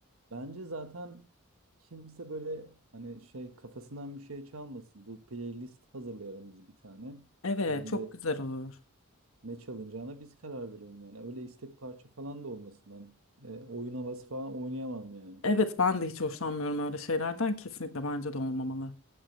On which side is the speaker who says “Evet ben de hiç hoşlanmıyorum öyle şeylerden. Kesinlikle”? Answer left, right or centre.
Left